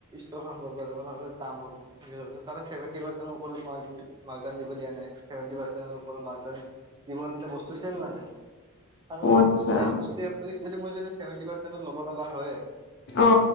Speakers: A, on the right; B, on the left.
A: যাব নহলে দাম হাবব কাৰণভেটি পাৰ্চৰ ওপৰত নোৱাৰ। ম্ দিব দিয়া নাইভেট পাৰৰত ম্ দিব নিদিলে বস্তু চেল নযায়। কাৰণ
B: অ আচ্ছা
A: এই মুলি যদি মই যভেটি পাৰ্চেত লব লগা হয়।
B: অ